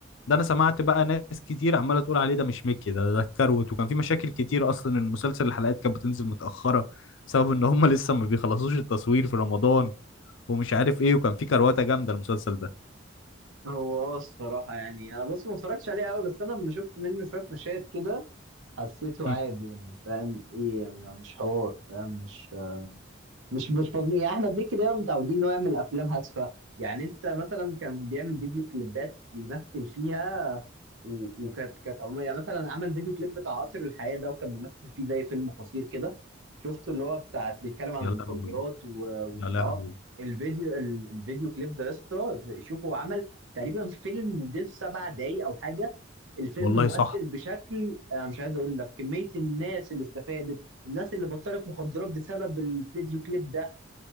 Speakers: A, on the left (about 75°); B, on the right (about 80°).
A: ده انا سمعت بقى ناس كتير عماله تقول عليه ده مش ميكي ده ده اتكروت وكان في مشاكل كتير اصلا المسلسل الحلقات كانت بتنزل متاخره بسبب ان هم <laughs> لسه ما بيخلصوش التصوير في رمضان ومش عارف ايه وكان في كرواته جامده المسلسل ده
B: هو اه الصراحه يعني انا بص ما اتفرجتش عليه قوي بس انا لما شفت منه شويه مشاهد كده حسيته
A: مم.
B: عادي يعني فاهم ايه م- مش حوار فاهم مش مش مش فاضيين يعني احمد مكي دايما متعودين ان هو يعمل افلام هادفه يعني انت مثلا كان بيعمل فيديو كليبات بيمثل فيها و- وكانت كانت عموما يعني مثلا عمل فيديو كليب بتاع قطر الحياة ده وكان ممثل فيه زي فيلم قصير كده شفته اللي هو بتاع بيتكلم عن
A: يا
B: المخدرات
A: لهوي
B: و... وان
A: يا لهوي
B: اه الفيديو ال- الفيديو كليب ده يا اسطى زي- شوف هو عمل تقريبا فيلم مدته سبع دقايق او حاجة الفيلم
A: والله
B: مؤثر
A: صح
B: بشكل انا مش عايز اقول لك كمية الناس اللي استفادت الناس اللي بطلت مخدرات بسبب الفيديو كليب ده